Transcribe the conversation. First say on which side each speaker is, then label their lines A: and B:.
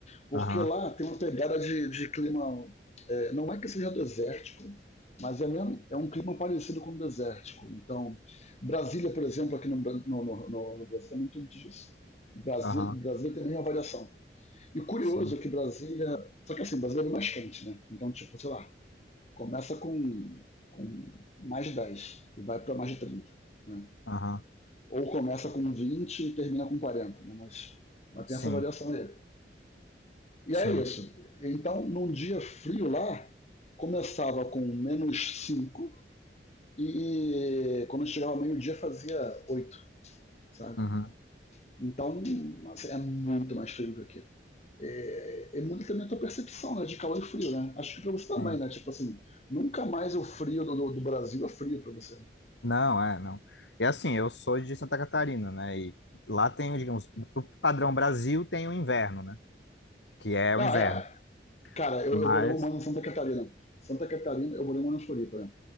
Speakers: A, on the left; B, on the left.
A: Porque
B: Aham,
A: lá tem uma pegada de, de clima. é, não é que seja desértico, mas é, mesmo, é um clima parecido com o desértico. Então, Brasília, por exemplo, aqui no, Bra- no, no, no- no Brasil, tem muito muito disso. Brasília,
B: aham,
A: Brasília tem a mesma variação. E curioso
B: sim,
A: que Brasília. Só que assim, Brasília é mais quente, né? Então, tipo, sei lá, começa com, com mais 10 e vai para mais de 30, Né?
B: aham,
A: Ou começa com 20 e termina com 40, né? mas, mas
B: sim,
A: tem essa variação aí. E
B: sim.
A: é isso. Então, num dia frio lá, começava com menos 5 e quando chegava ao meio-dia fazia 8, sabe?
B: Uhum.
A: Então, assim, é muito mais frio que aqui. É, é muito também a tua percepção né, de calor e frio, né? Acho que pra você também,
B: Sim.
A: né? Tipo assim, nunca mais o frio do, do Brasil é frio pra você. né?
B: Não, é, não. É assim, eu sou de Santa Catarina, né? E lá tem, digamos, o padrão Brasil tem o inverno, né? Que é
A: Não,
B: o inverno.
A: é, Cara, eu,
B: Mas,
A: eu morei um ano em Santa Catarina. Santa Catarina, eu morei um ano em Floripa. Né?